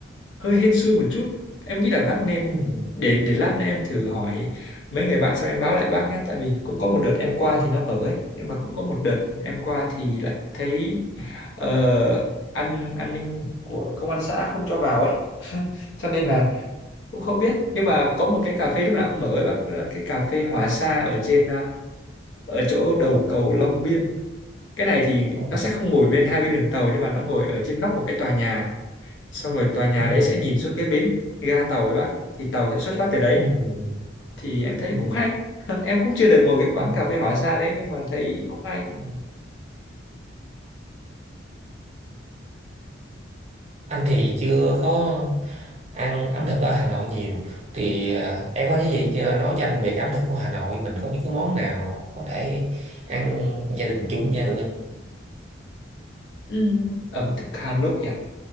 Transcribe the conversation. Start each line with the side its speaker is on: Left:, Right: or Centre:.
Left: hơi hên xui một chút em nghĩ là bác nên
Right: ừ
Left: để để lát nữa em thử hỏi mấy người bạn xong em báo lại bác nhé tại vì cũng có một đợt em qua
Right: ừ
Left: thì nó mở ấy nhưng mà cũng có một đợt em qua thì lại thấy ờ, an an ninh của công an xã không cho vào ấy <laughs> cho nên
Right: ừ
Left: là cũng không biết nhưng mà có một cái cà phê lúc nào cũng mở ấy bác đó là cái cà phê Hòa Sa ở trên à, ở chỗ đầu
Right: ờ,
Left: cầu Long Biên cái này thì
Right: ờ,
Left: nó sẽ không ngồi bên hai bên đường tàu nhưng mà nó ngồi ở trên nóc một cái tòa nhà xong rồi tòa nhà
Right: ừ
Left: đấy sẽ nhìn xuống cái bến ga tàu ấy bác thì tàu sẽ xuất phát từ đấy
Right: ừ
Left: thì em thấy
Right: ừ
Left: cũng hay <laughs> em cũng chưa được ngồi cái quán
Right: ừ.
Left: cà phê hỏa xa đấy nhưng mà thấy cũng hay
Right: Ờ, anh thì chưa có ăn ẩm thực ở Hà Nội nhiều thì ờ, em có cái gì cho nói danh về cái ẩm thực của Hà Nội mình có những cái món nào có thể ăn gia đình chung nha được không?
Left: Ừ. ẩm thực Hà Nội à